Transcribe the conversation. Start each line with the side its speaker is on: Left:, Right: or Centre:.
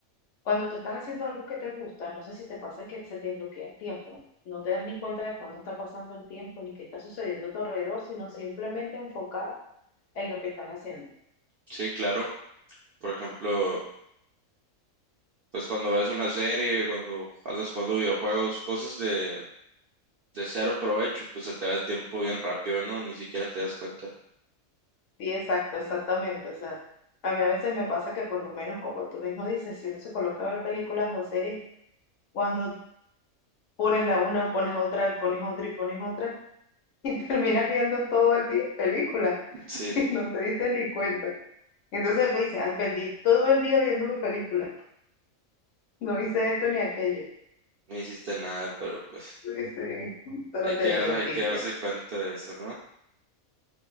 Left: cuando tú estás haciendo algo que te gusta, no sé si te pasa que se te bloquea el tiempo, no te das ni cuenta de cuándo está pasando el tiempo ni qué está sucediendo a tu alrededor, sino simplemente enfocada en lo que estás haciendo.
Right: Sí, claro. Por ejemplo, pues cuando ves una serie, cuando andas jugando videojuegos, cosas de, de cero provecho, pues se te va el tiempo bien rápido, ¿no? Ni siquiera te das cuenta.
Left: Sí, exacto, exactamente, o sea, a mí a veces me pasa que por lo menos como tú mismo dices, si uno se coloca a ver películas o series, cuando pones la una, pones otra, y pones otra y pones otra, y <laughs> terminas viendo todo el día películas <laughs>
Right: Sí,
Left: y no te dices ni cuenta. Entonces pues dices, ay, perdí todo el día viendo mi película, no hice esto ni aquello.
Right: no hiciste nada, pero pues
Left: Sí, sí, pero
Right: hay que
Left: te
Right: darse,
Left: divertiste.
Right: hay que darse cuenta de eso, ¿no?